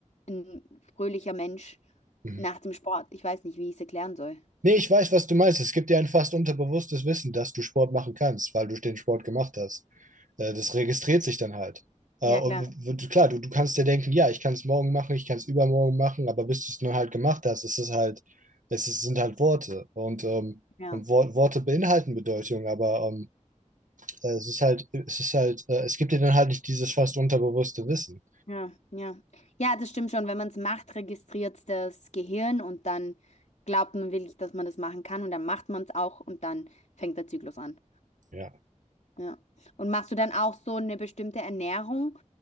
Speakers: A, on the left (about 65°); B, on the right (about 80°).
A: ein fröhlicher Mensch
B: mhm.
A: nach dem Sport. Ich weiß nicht, wie ich es erklären soll.
B: nee, ich weiß, was du meinst. Es gibt dir ein fast unterbewusstes Wissen, dass du Sport machen kannst, weil du den Sport gemacht hast. Äh, das registriert sich dann halt. Äh,
A: Ja,
B: und
A: klar.
B: w- klar, du, du kannst dir denken, ja, ich kann es morgen machen, ich kann es übermorgen machen, aber bis du es nur halt gemacht hast, ist es halt, es ist, sind halt Worte. Und, ähm,
A: Ja.
B: und Wor Worte beinhalten Bedeutung, aber ähm, äh, es ist halt, es ist halt, äh, es gibt dir dann halt nicht dieses fast unterbewusste Wissen.
A: Ja, ja. Ja, das stimmt schon. Wenn man es macht, registriert das Gehirn und dann glaubt man wirklich, dass man das machen kann und dann macht man es auch und dann fängt der Zyklus an.
B: Ja.
A: Ja. Und machst du dann auch so eine bestimmte Ernährung